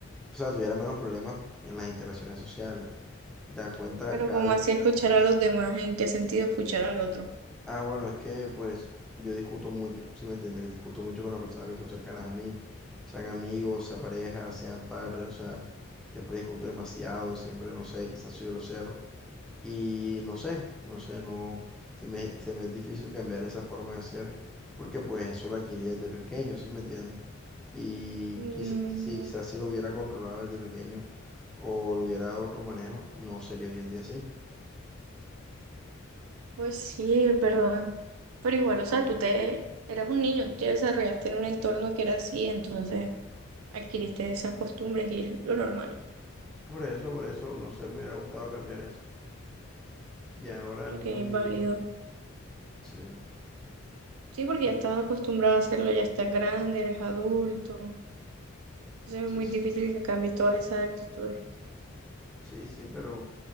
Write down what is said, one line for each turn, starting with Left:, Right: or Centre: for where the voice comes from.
Centre: o sea, tuviera menos problemas en las interacciones sociales. Y te das cuenta
Right: Pero
Centre: cada
Right: como
Centre: vez,
Right: así escuchar a los demás? ¿En qué sentido escuchar al otro?
Centre: ah, bueno, es que pues yo discuto mucho, ¿sí me entiendes? Discuto mucho con las personas que son cercanas a mí, sean amigos, sean parejas, sean padres, o sea, siempre discuto demasiado, siempre, no sé, quizás soy grosero. Y no sé, no sé, no, se me, se me es difícil cambiar esa forma de ser porque pues eso lo adquirí desde pequeño, ¿sí me entiendes? Y
Right: Mm,
Centre: quizás, si, quizás si lo hubiera controlado desde pequeño o lo hubiera dado otro manejo, no sería hoy en día así.
Right: pues sí, es verdad. Pero igual, o sea, tú te eras un niño, te desarrollaste en un entorno que era así, entonces adquiriste esas costumbres y es lo normal,
Centre: Por eso, por eso, no sé, me hubiera gustado cambiar eso. Y ahora
Right: aunque
Centre: es muy
Right: es
Centre: difícil.
Right: válido.
Centre: Sí,
Right: Sí, porque
Centre: de-
Right: ya estás acostumbrado a hacerlo, ya estás grande, eres adulto, entonces es
Centre: sí,
Right: muy
Centre: sí,
Right: difícil que cambies todas esas actitudes.
Centre: sí, sí, pero